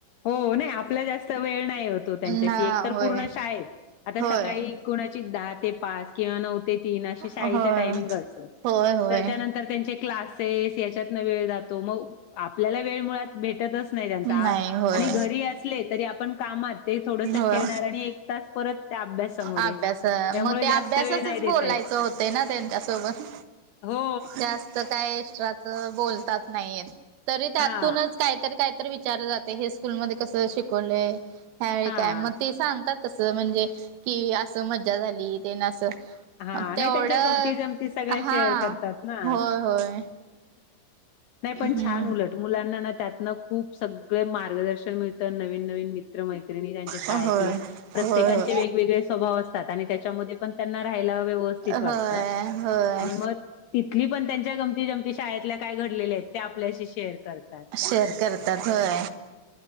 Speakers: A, on the left (about 75°); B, on the right (about 85°).
A: हो नाही आपला जास्त वेळ नाही होतो त्यांच्याशी
B: ना
A: एक तर
B: होय
A: पूर्ण शाळेत आता
B: होय
A: सकाळी कुणाची दहा ते पाच किंवा नव्हती. <unintelligible>
B: होय. होय होय
A: याच्यात वेळ जातो मग आपल्याला वेळ मुळात भेटतच नाही त्यांचा
B: नाही होय
A: आणि घरी असले तरी आपण कामात ते थोडस
B: होय.
A: खेळणार आणि एक तास परत त्या अभ्यासामध्ये
B: अभ्यास
A: त्यामुळे
B: मग ते
A: जास्त
B: अभ्यासासच
A: वेळ नाही देता
B: बोलायचं
A: येत
B: होते ना त्यांच्यासोबत
A: हो
B: जास्त काय एस्ट्राच बोलतात नाहीेत तरी त्यातूनच
A: हा
B: कायत काय तर विचार जात हे स्कूलमध्ये कस शिकवलं ह्यावेळी
A: हा
B: काय मग ते सांगतात. तस म्हणजे कि असं मज्जा झाली ते ना असं.
A: हा
B: मग तेवढंच
A: नाही त्यांच्या गमती जमती सगळ्या
B: हा
A: शेअर करतात ना.
B: होय होय
A: नाही
B: हम्म
A: पण छान उलट मुलांना ना त्यातनं खूप सगळे मार्गदर्शन मिळ. तर नवीन नवीन मित्र मैत्रिणी त्यांच्या शाळेतले
B: होय होय
A: प्रत्येकांचे
B: होय.
A: वेगवेगळे स्वभाव अस. त्याच्यामध्ये पण त्यांना राहायला व्यवस्थित वाटत
B: होय होय
A: आणि मग तिथली पण त्यांच्या गमती जमती शाळेतल्या काय घडलेल्या आहेत त्या आपल्याशी शेअर करते.
B: शेअर करतात होय